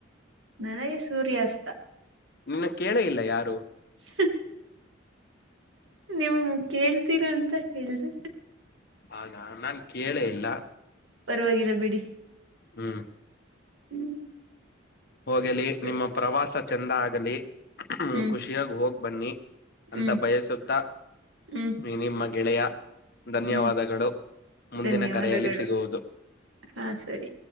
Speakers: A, on the right (about 75°); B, on the left (about 55°).
A: ನನಗೆ ಸೂರ್ಯಾಸ್ತ
B: ನಿನ್ನ ಕೇಳ ಇಲ್ಲ ಯಾರು
A: ಹ ನೀವು ಕೇಳ್ತೀರಾ ಅಂತ ಹೇಳ್ದು
B: ಆಾ ನಾನ್ ಕೇಳೇ ಇಲ್ಲ
A: ಪರವಾಗಿಲ್ಲ ಬಿಡಿ
B: ಹ್ಮ್
A: ಹ್ಮ್
B: ಹೋಗಿಲಿ
A: ಸ-
B: ನಿಮ್ಮ ಪ್ರವಾಸ ಚಂದ ಆಗಲಿ ಹ
A: ಹ್ಮ್
B: ಖುಷಿಯಾಗ ಹೋಗಿ ಬನ್ನಿ ಅಂತ
A: ಹ್ಮ್
B: ಬಯಸುತ್ತ
A: ಹ್ಮ್
B: ನಿಮ್ಮ ಗೆಳೆಯ ಧನ್ಯವಾದಗಳು
A: ಹ್ಮ್
B: ಮುಂದಿನ
A: ಧನ್ಯವಾದಗಳು
B: ಕರೆಯಲ್ಲಿ ಸಿಗುವುದು
A: ಹಾ ಸರಿ